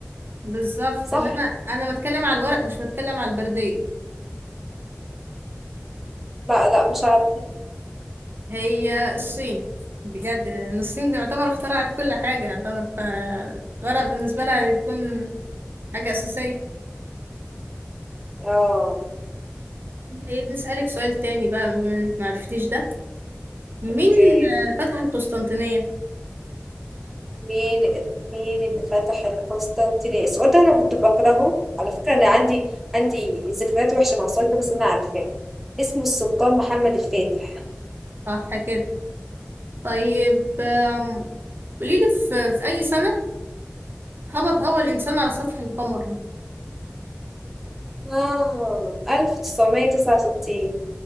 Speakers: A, on the right; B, in the centre.
A: بالظبط
B: صح؟
A: إنما أنا بتكلم على الورق مش بتكلم على البردية
B: لا لا مش عارفة
A: هي الصين بجد إن الصين تعتبر اخترعت كل حاجة يعتبر فالورق بالنسبة لها يكون حاجة أساسية
B: اه
A: ايه بنسألك سؤال تاني بقى بما إنك معرفتيش ده مين
B: اوكي
A: اللي فتح القسطنطينية؟
B: مين مين اللي فتح القسطنطينية السؤال ده انا كنت بكرهه على فكرة انا عندي عندي ذكريات وحشة مع السؤال ده بس انا عارفاه اسمه السلطان محمد الفاتح
A: صح كده طيب آم، قوليلي في, في أي سنة هبط أول إنسان على سطح القمر؟
B: اه 1969